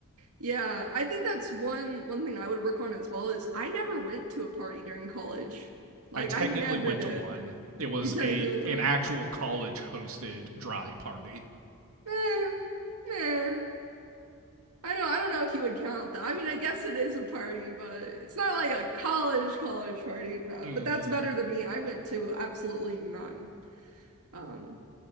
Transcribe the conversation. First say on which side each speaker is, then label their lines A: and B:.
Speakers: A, on the right; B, on the right.
A: Yeah, I think that's one one thing I would work on as well is I never went to a party during college. Like
B: I technically
A: I never
B: went
A: did.
B: to one. It was
A: You technically
B: a
A: went to
B: an
A: one?
B: actual college hosted dry party.
A: Eh, eh. I know I don't know if you would count that. I mean, I guess it is a party, but it's not like a college college party, no.
B: Mm-hmm.
A: But that's better than me. I went to absolutely none. Um,